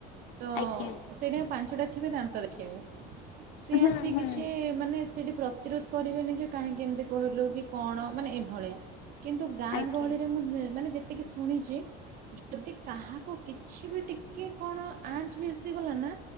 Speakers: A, on the right; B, on the left.
A: ତ
B: ଆଜ୍ଞା
A: ସେଇଟା ପାଞ୍ଚଟା ଥିବେ ଦାନ୍ତ ଦେଖାଇବେ ସେ
B: ହୁଁ
A: ଆସି
B: ହୁଁ
A: କିଛି ମାନେ ସେଇଠି ପ୍ରତିରୋଧ କରିବେନି ଯେ କାହିଁକି ଏମିତି କହିଲୁ କି କଣ ମାନେ ଏଭଳିଆ କିନ୍ତୁ ଗାଁ
B: ଆଜ୍ଞା
A: ଗହଳିରେ ମୁଁ ମାନେ ଯେତିକି ଶୁଣିଛି ଯଦି କାହାକୁ କିଛି ବି ଟିକେ କଣ ଆଞ୍ଚ ବି ଆସିଗଲା ନା